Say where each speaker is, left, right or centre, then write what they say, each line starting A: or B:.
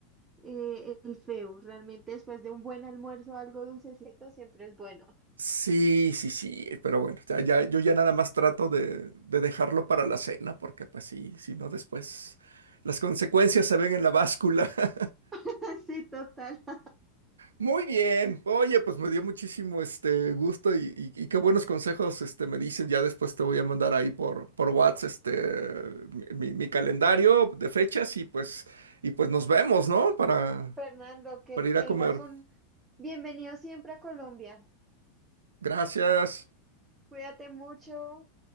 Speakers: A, on the right; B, on the right.
A: eh, el feo. Realmente después de un buen almuerzo, algo dulcecito siempre es bueno.
B: Sí, sí, sí, pero bueno, ya, ya- yo ya nada más trato de, de dejarlo para la cena, porque pues sí, si no después las consecuencias se ven en la báscula. <laughs>
A: <laughs> Sí, total. <laughs>
B: Muy bien, oye, pues me dio muchísimo este gusto y, y- y qué buenos consejos este, me dicen, ya después te voy a mandar ahí por, por WhatsApp este, mi, mi- mi calendario de fechas y pues, y pues nos vemos, ¿no? Para,
A: Fernando, que
B: para
A: tengas
B: ir a comer.
A: un bienvenido siempre a Colombia.
B: Gracias.
A: Cuídate mucho.